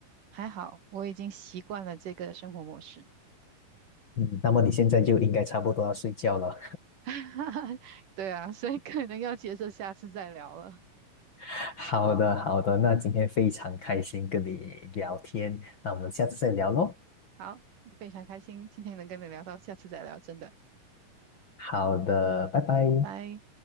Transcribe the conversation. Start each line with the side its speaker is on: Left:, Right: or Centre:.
Right: 还好，我已经习惯了这个生活模式。
Left: 嗯，那么你现在就应该差不多要睡觉了。
Right: <laughs> 对啊，所以可能要接受下次再聊了。
Left: <laughs> 好的，好的，那今天非常开心跟你聊天，那我们下次再聊喽。
Right: 好，非常开心今天能跟你聊到，下次再聊，真的，
Left: 好的，拜拜。
Right: 拜。